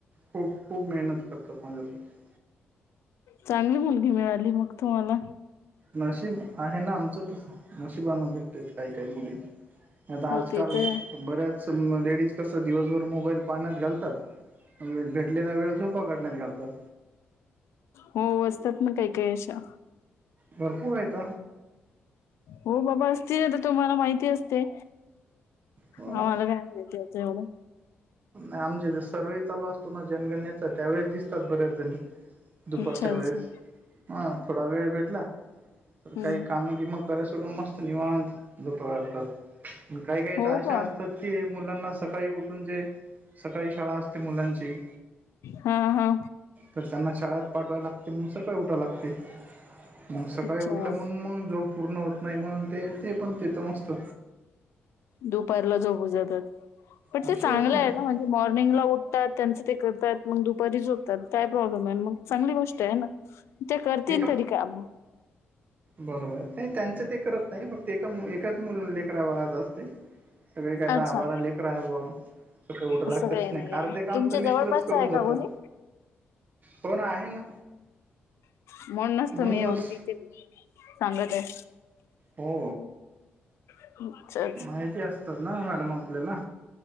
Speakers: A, on the right; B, on the left.
A: खूप खूप मेहनत करतात माझ्यासाठी.
B: चांगली मुलगी, मिळाली मग तुम्हाला.
A: नशीब आहे ना आमचं नशिबान भेटते काही काही मुली. आता
B: हो
A: आजकाल
B: ते तर आहे.
A: बऱ्याच लेडीज कसं दिवसभर मोबाईल पाण्यात घालतात. मग भेटलेला वेळ झोपा काढण्यात घालतात‌.
B: हो असतात ना काही काही अशा.
A: भरपूर आहेत.
B: हो बाबा असतील ना तर तुम्हाला माहिती असते.
A: हो
B: हा मला काय माहिती याच एवढं.
A: आमच्या इथे सर्वे चालू असतो ना जनगणनेचा त्यावेेळेस दिसतात बऱ्याच जणी. दुपारच्या
B: अच्छा
A: वेळेस
B: अच्छा
A: हा थोडा वेळ भेटला
B: हम्म
A: तर काही कामं की मग कराय सुटं मस्त निवत झोपतात. काही काही
B: हो
A: तर अशा
B: का
A: असतात की मुलांना सकाळी उठून जे सकाळी शाळा अस ते मुलांची
B: हा हा
A: तर त्यांना शाळेत पाठवाय लागतय मग सकाळी उठाय लागतय. मग सकाळी
B: अच्छा
A: उठल्या म्हणून मग झोप पूर्ण होत नाही म्हणून ते ते पण तेथे मस्त
B: दुपारला झोपू जातात, पण
A: विषयच
B: ते चांगलं
A: नाही
B: आहे ना म्हणजे मॉर्निंगला उठतात त्यांचं ते करतात मग दुपारी झोपतात काय प्रॉब्लेम आहे मग चांगली गोष्ट आहे ना, ते करतील
A: एका
B: तरी काम.
A: बरोबर. नाही त्यांचं ते करत नाही, फक्त एका एकाच मुल लेकरा बाळाचं असते. सगळे काय दहा,
B: अच्छा
A: बारा लेकरं आहे बुवा. सकाळी उठाय
B: असं
A: लागतेच
B: काही
A: नाही
B: नाहीये
A: आर्धे काम
B: तुमच्या
A: तर
B: जवळपासच
A: मिस्टरच करून
B: आहे
A: जातात.
B: का कोणी
A: हो ना आहे ना
B: म्हणूनच
A: म्हणूनच
B: तर मी एवढं <unintelligible> सांगत आहे.
A: हो.
B: <unintelligible>
A: माहिती असतंच ना मॅडम आपल्याला.